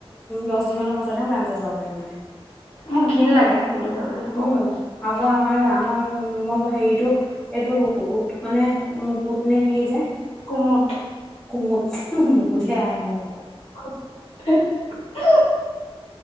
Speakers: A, in the centre; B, on the left.
A: দহ দিন মৰ পাছত চ ম চব মানে <unintelligible>
B: মোৰ হিন লাগে হাগিবলৈ যাবলৈ লোকৰ
A: উম
B: ঘৰত।
A: আকৌ আমাৰ আমাৰ ৰুমৰ হেৰিতটো এইটো উত মানে কুত নে কি যে।
B: কুমুট।
A: কুমুট মুখতে নাহে মোৰ।
B: <unintelligible>